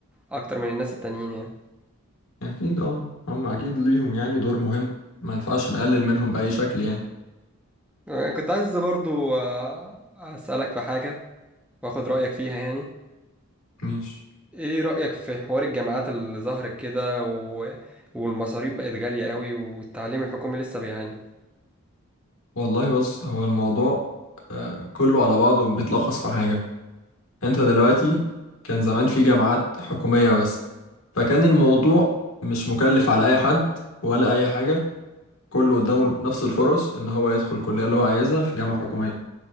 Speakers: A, in the centre; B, on the left (about 70°).
A: أكتر من الناس التانيين يعني
B: أكيد أه هما أكيد ليهم يعني دور مهم ما ينفعش نقلل منهم بأي شكل يعني
A: أنا كنت عايز برضو آه، أسألك في حاجة وآخد رأيك فيها يعني
B: مش
A: إيه رأيك في حوار الجامعات اللي ظهرت كده و... والمصاريف بقت غالية قوي والتعليم الحكومي لسه بيعاني
B: والله بص هو الموضوع آه، كله على بعضه بيتلخص في حاجة أنت دلوقتي كان زمان في جامعات حكومية بس فكان الموضوع مش مكلف على أي حد ولا أي حاجة كله قدامه نفس الفرص ان هو يدخل الكليه اللي هو عايزها في جامعه حكوميه